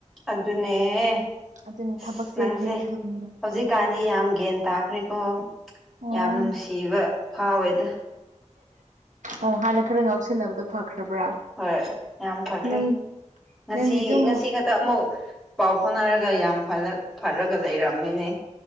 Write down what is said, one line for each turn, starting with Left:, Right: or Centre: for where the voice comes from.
Centre: ꯑꯗꯨꯅꯦ ꯑꯁ
Right: ꯑꯗꯨꯅ ꯊꯕꯛꯁꯦ
Centre: ꯅꯪꯁꯦ
Right: ꯊꯩ ꯊꯝꯕ
Centre: ꯍꯧꯖꯤꯛꯀꯥꯟꯗꯤ
Right: ꯎꯝ
Centre: ꯌꯥꯝ ꯒ꯭ꯌꯥꯟ ꯇꯥꯈ꯭ꯔꯦ ꯣ
Right: ꯑꯣ
Centre: ꯌꯥꯝ ꯅꯨꯡꯁꯤꯕ ꯐꯥꯎꯋꯦꯗ
Right: ꯑꯣ ꯍꯥꯟꯅ ꯈꯔ ꯉꯥꯎꯁꯤꯟꯅꯕꯗ ꯐꯈ꯭ꯔꯕ꯭ꯔꯥ
Centre: ꯍꯣꯏ ꯌꯥꯝ ꯐꯈ꯭ꯔꯦ
Right: ꯅꯪ
Centre: ꯉꯁꯤ
Right: ꯅꯪꯗꯤ ꯑꯗꯨꯝ
Centre: ꯉꯁꯤ ꯍꯦꯛꯇ ꯑꯃꯨꯛ ꯄꯥꯎ ꯐꯥꯎꯅꯔꯒ ꯌꯥꯝ ꯐꯔꯒ ꯂꯩꯔꯝꯃꯤꯅꯦ